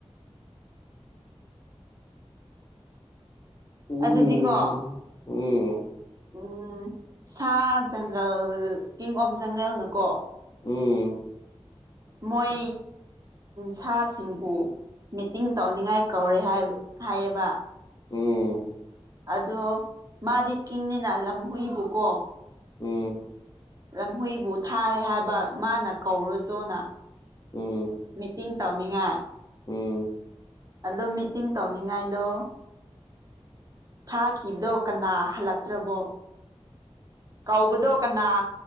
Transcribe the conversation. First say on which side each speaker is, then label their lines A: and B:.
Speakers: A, on the left; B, on the right.
A: ꯎꯝ
B: ꯑꯗꯨꯗꯤꯀꯣ
A: ꯎꯝ꫰
B: ꯎꯝ ꯁꯥ ꯖꯪꯒꯜ ꯀꯤꯡ ꯑꯣꯐ ꯖꯪꯒꯜꯅꯀꯣ꫰
A: ꯎꯝ
B: ꯃꯣꯏ ꯁꯥꯁꯤꯡꯕꯨ ꯃꯤꯇꯤꯡ ꯇꯧꯅꯤꯡꯉꯥꯏ ꯀꯧꯔꯦ ꯍꯥꯏ ꯍꯥꯏꯌꯦꯕ꯫
A: ꯎꯝ
B: ꯑꯗꯣ ꯃꯥꯗꯤ ꯀꯤꯡꯅꯤꯅ ꯂꯝ ꯍꯨꯏꯕꯨꯀꯣ
A: ꯎꯝ
B: ꯂꯝꯍꯨꯏꯕꯨ ꯊꯥꯔꯦ ꯍꯥꯏꯕ ꯃꯥꯅ ꯀꯧꯔꯨꯖꯣꯅ꯫
A: ꯎꯝ
B: ꯃꯤꯇꯤꯡ ꯇꯧꯅꯤꯡꯉꯥꯏ꯫
A: ꯎꯝ
B: ꯑꯗꯣ ꯃꯤꯇꯤꯡ ꯇꯧꯅꯤꯡꯉꯥꯏꯗꯣ꫰ ꯊꯥꯈꯤꯕꯗꯣ ꯀꯅꯥ ꯍꯜꯂꯛꯇ꯭ꯔꯕꯣ꯫ ꯀꯧꯕꯗꯣ ꯀꯅꯥ